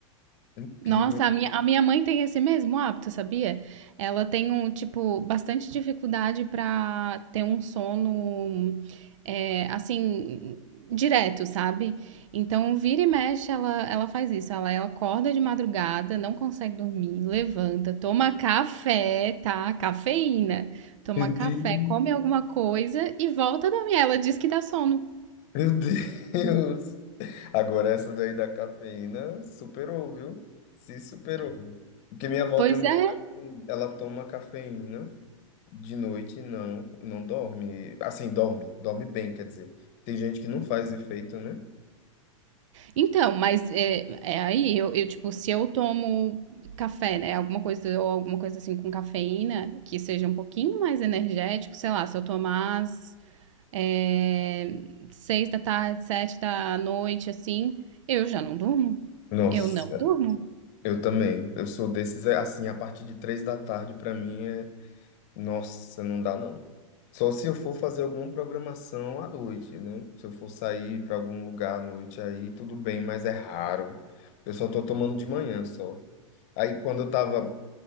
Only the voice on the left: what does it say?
Incrível.
Meu
Deus,
meu Deus. Agora essa daí da cafeína superou, viu? Se superou. Porque minha avó
também,
ela, ela toma cafeína de noite e não, não dorme. Assim, dorme, dorme bem, quer dizer. Tem gente que não faz efeito, né?
Nossa,
eu também. Eu sou desses, é, assim, a partir de três da tarde, pra mim, é Nossa, não dá não. Só se eu for fazer alguma programação à noite, né? Se eu for sair para algum lugar à noite, aí tudo bem, mas é raro. Eu só tô tomando de manhã só. Aí quando eu tava